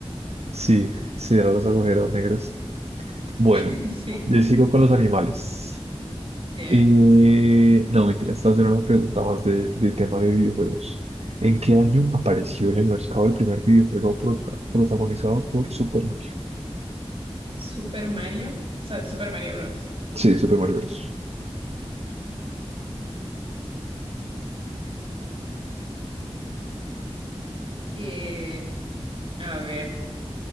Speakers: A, on the right; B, on the right.
A: Sí, sí, eran los agujeros negros. Bueno,
B: <laughs> Sí,
A: yo sigo con los animales.
B: dime.
A: Eh, no, mentira, esta haciendo una pregunta más de, de tema de videojuegos. ¿En qué año apareció en el mercado el primer videojuego prota- protagonizado por Super Mario?
B: Super Mario, o sea, el Super Mario Bros.
A: Sí, Super Mario Bros.
B: Eh, a ver.